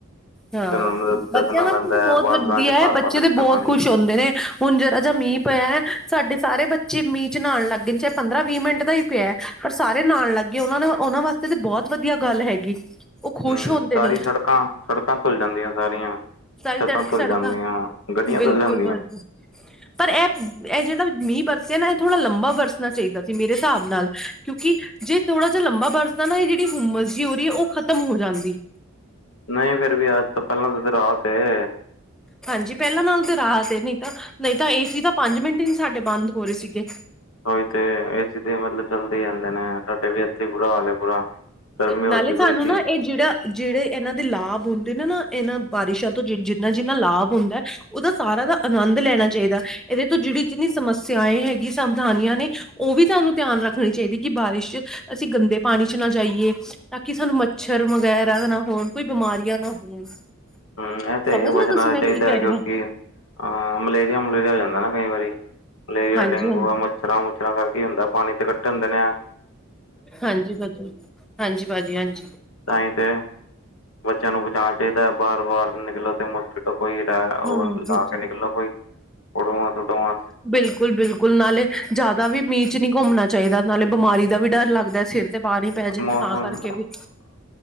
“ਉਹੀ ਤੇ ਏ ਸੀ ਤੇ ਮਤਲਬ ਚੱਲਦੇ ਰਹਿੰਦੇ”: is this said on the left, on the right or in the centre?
Left